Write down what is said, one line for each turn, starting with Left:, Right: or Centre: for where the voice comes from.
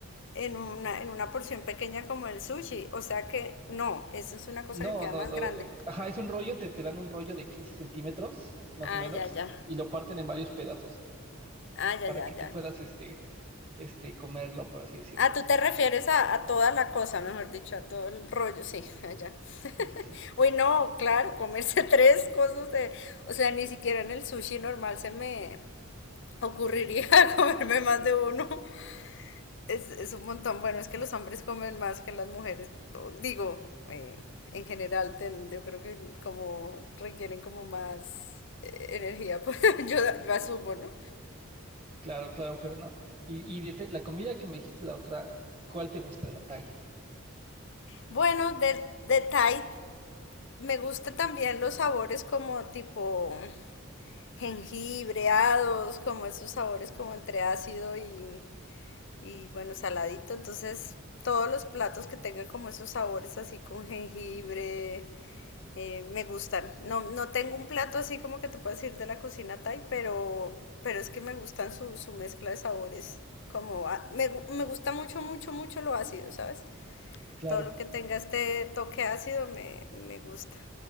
Left: en una, en una porción pequeña como el sushi. O sea que no, eso es una cosa
Right: No,
Left: que queda
Right: no,
Left: más
Right: no,
Left: grande.
Right: eh, ajá, es un rollo, te, te dan un rollo de 15 centímetros, más
Left: Ah,
Right: o menos,
Left: ya, ya.
Right: y lo parten en varios pedazos,
Left: Ah, ya,
Right: para
Left: ya,
Right: que tú
Left: ya.
Right: puedas, este, este, comerlo, por así decirlo.
Left: Ah, tú te refieres a, a toda la cosa, mejor dicho, a todo el rollo, sí, allá.
Right: Sí,
Left: <laughs>
Right: sí, sí.
Left: Uy, no, claro, comerse <laughs> tres cosas de, o sea, ni siquiera en el sushi normal se me ocurriría <laughs> comerme más de uno. Es, es un montón, bueno, es que los hombres comen más que las mujeres, digo, eh, en general, ten- yo creo que como requieren como más eh, energía, <laughs> pues yo, yo asumo, ¿no?
Right: Claro, claro, pero no. Y, y de te- la comida que me dijiste la otra, ¿cuál te gusta de la Thai?
Left: Bueno, de, de Tide. Me gusta también los sabores como tipo jengibreados, como esos sabores como entre ácido y, y bueno, saladito. Entonces, todos los platos que tengan como esos sabores así con jengibre, eh, me gustan. No, no tengo un plato así como que te puedas decir de la cocina Thai, pero, pero es que me gustan su, su mezcla de sabores. Como a- me, gu- me gusta mucho, mucho, mucho lo ácido, ¿sabes?
Right: Claro.
Left: Todo lo que tenga este toque ácido me, me gusta.